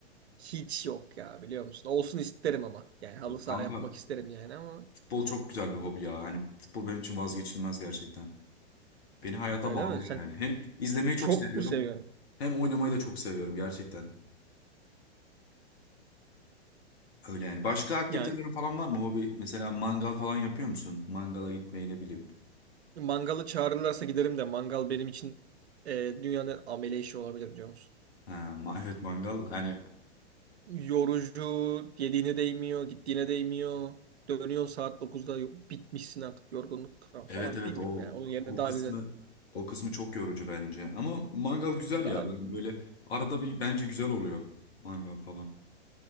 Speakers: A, on the right; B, on the left.
A: Hiç yok ya biliyor musun? Olsun isterim ama. Yani halı saha
B: Kanka
A: yapmak isterim yani ama
B: Futbol çok güzel bir hobi ya. Hani futbol benim için vazgeçilmez gerçekten. Beni hayata
A: öyle
B: bağlıyor
A: mi? Sen
B: yani. Hem izlemeyi çok
A: çok
B: seviyorum
A: mu seviyorsun?
B: hem oynamayı da çok seviyorum gerçekten. Öyle yani. Başka aktivitelerin
A: Yani
B: falan var mı hobi? Mesela mangal falan yapıyor musun? Mangala gitmeyi ne bileyim.
A: mangalı çağırırlarsa giderim de mangal benim için e, dünyanın amele işi olabilir biliyor musun?
B: Ha, ma- <laughs> evet mangal. Yani
A: Yorucu, yediğine değmiyor, gittiğine değmiyor. Dönüyorsun saat dokuzda yo- bitmişsin artık yorgunluktan falan
B: evet evet
A: bilmiyorum
B: o
A: yani. Onun yerine
B: o
A: daha
B: kısmı
A: güzel
B: o kısmı çok yorucu bence. Ama mangal güzel
A: daha
B: ya. Ben böyle arada bir bence güzel oluyor mangal falan.